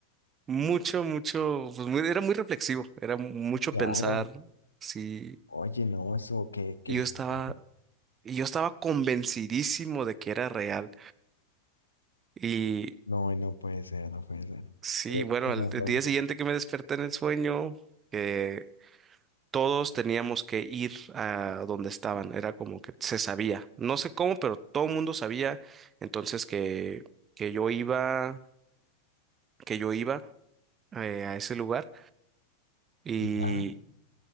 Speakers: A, on the right (about 25°); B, on the left (about 80°).
A: mucho, mucho, pues muy- era muy reflexivo, era mu- mucho
B: Claro.
A: pensar, sí,
B: Oye, no, eso, qué, qué
A: y yo
B: feo.
A: estaba, y yo estaba convencidísimo de que era real. Y
B: No, no puede ser, no puede ser.
A: sí,
B: Qué,
A: bueno,
B: qué
A: al
B: horror.
A: día siguiente que me desperté en el sueño, que todos teníamos que ir a donde estaban, era como que se sabía, no sé cómo, pero todo el mundo sabía, entonces que, que yo iba, que yo iba. eh, a ese lugar y
B: ¿Ya?